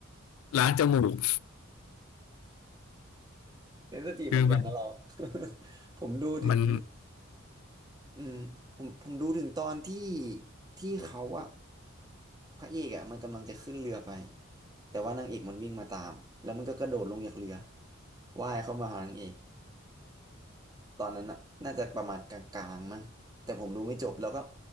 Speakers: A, on the left (about 85°); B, on the right (about 20°).
A: ล้างจมูก
B: เซนสทีฟเหมือนกันนะเรา
A: คือแบบ
B: <laughs> ผมดูถึง
A: มัน
B: อืมผมผมดูถึงตอนที่ที่เขาอะพระเอกอะมันกำลังจะขึ้นเรือไปแต่ว่านางเอกมันวิ่งมาตามแล้วมันก็กระโดดลงจากเรือว่ายเข้ามาหานางเอก ตอนนั้นน่ะน่าจะประมาณกลางๆมั้งแต่ผมดูไม่จบแล้วก็